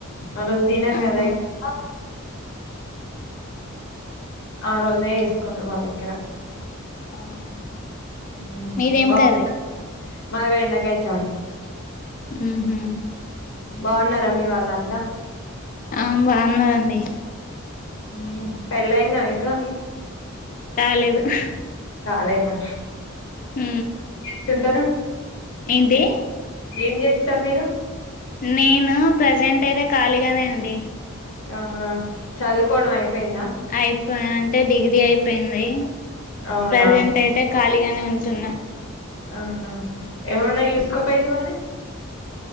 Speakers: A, on the left (about 65°); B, on the left (about 40°).
A: ఆ రోజు తినరు
B: ఆహా
A: కదా ఎక్కువ ఆ రోజే వేసుకుంట్రారు మా దగ్గర
B: అవునా
A: ఉ
B: మీదేం
A: బాగుంటుంది
B: కర్రీ
A: మది బెండకాయ చా
B: ఉహు
A: బాగున్నారా మీ వాళ్ళంతా
B: ఆ బాగున్నారండి
A: ఉ పెళ్లి అయిందా మీకు
B: కాలేదు హు
A: కాలేదా
B: ఉ
A: చేస్తుంటారు
B: ఏంటీ
A: ఏం చేస్తారు మీరు
B: నేను ప్రజెంట్ అయితే ఖాళీగానే అండి
A: ఆహా చదువుకోవడం
B: నా
A: అయిపోయిందా
B: అయిపోయి అంటే డిగ్రీ అయిపోయింది
A: అవునా
B: ప్రజెంట్ అయితే ఖాళీగానే ఉంటున్న
A: అవునా ఎమన్నా యూస్కోప్ పోయిండా మరి